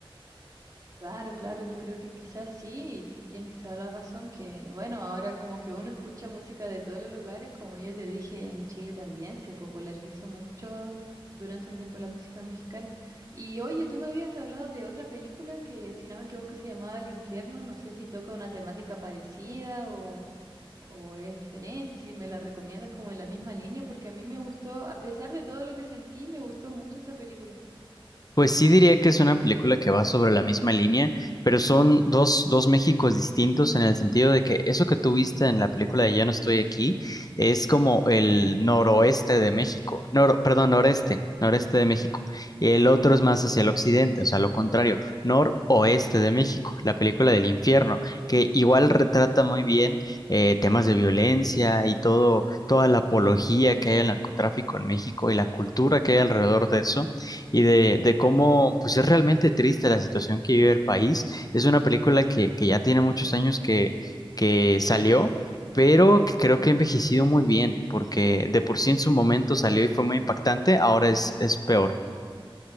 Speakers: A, on the right (about 40°); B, on the left (about 40°).
A: Claro, claro, yo creo que quizás sí, y, y tienes toda la razón, que bueno, ahora como que uno escucha música de todos los lugares, como yo te dije, en Chile también se popularizó mucho durante un tiempo la música mexicana. Y oye, tú me habías hablado de otra película que, si no me equivoco, se llamaba El Infierno, no sé si toca una temática parecida o... o es diferente, si me la recomiendas como en la misma línea, porque a mí me gustó, a pesar de todo lo que sentí, me gustó mucho esa película.
B: Pues sí diría que es una película que va sobre la misma línea, pero son dos, dos Méxicos distintos en el sentido de que eso que tú viste en la película de Ya no estoy aquí es como el noroeste de México, noro- perdón, noreste, noreste de México. Y el otro es más hacia el occidente, o sea, lo contrario, noroeste de México, la película del infierno, que igual retrata muy bien eh, temas de violencia y todo, toda la apología que hay al narcotráfico en México y la cultura que hay alrededor de eso y de, de cómo pues es realmente triste la situación que vive el país. Es una película que, que ya tiene muchos años que, que salió, pero que creo que ha envejecido muy bien, porque de por sí en su momento salió y fue muy impactante, ahora es, es peor.